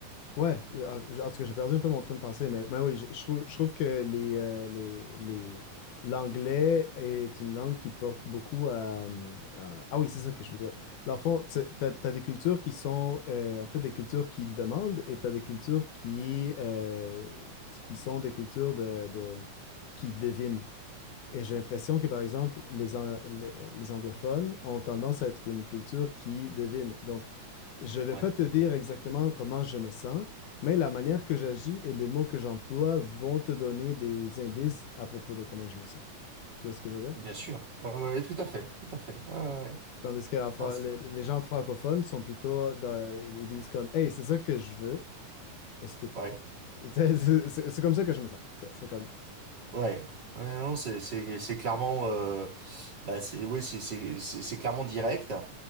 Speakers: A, on the left; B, on the right.
A: Ouais, euh, en en tout cas, j'ai perdu un peu mon train de pensée, mais, mais oui, je, je trouve, je trouve que les, euh, les, les- l'anglais est une langue qui porte beaucoup à, à- Ah oui, c'est ça que je veux dire. Dans le fond, tu as, des cultures qui sont euh, un peu des cultures qui demandent et tu as des cultures qui, euh, qui sont des cultures de, de- qui devinent. Et j'ai l'impression que, par exemple, les, an- les- les anglophones ont tendance à être une culture qui devine. Donc, je ne vais
B: ouais,
A: pas te dire exactement comment je me sens, mais la manière que j'agis et les mots que j'emploie vont te donner des indices à propos de comment je me sens. Tu vois ce que je veux dire?
B: bien sûr. Ouais, ouais, tout à fait, tout à fait. Ouais, ouais, ouais.
A: Tandis que en fra-
B: Non, c'est-
A: les, les gens francophones sont plutôt, dans- ils disent comme, Hey, c'est ça que je veux. Est-ce que
B: ouais,
A: <laughs> c'est c'est- c'est comme ça que je me sens. C'est c'est comme,
B: ouais. Ouais, non, c'est c'est c'est clairement, euh, bah c'est, oui, c'est c'est c'est c'est clairement direct.